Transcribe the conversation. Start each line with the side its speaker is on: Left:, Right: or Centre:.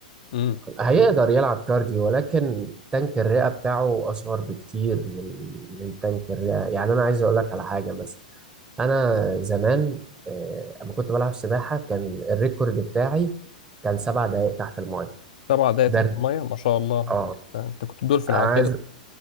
Left: امم
Right: هيقدر يلعب كارديو ولكن تانك الرئة بتاعه أصغر بكتير من من تانك الرئة يعني أنا عايز أقول لك على حاجة مثلا أنا زمان آه، أما كنت بلعب سباحة كان الريكورد بتاعي كان سبع دقايق تحت الماية
Left: سبع دقايق
Right: برد
Left: تحت المية ما شاء الله
Right: اه
Left: انت أنت كنت دولفين
Right: أنا
Left: على
Right: عايز
Left: كده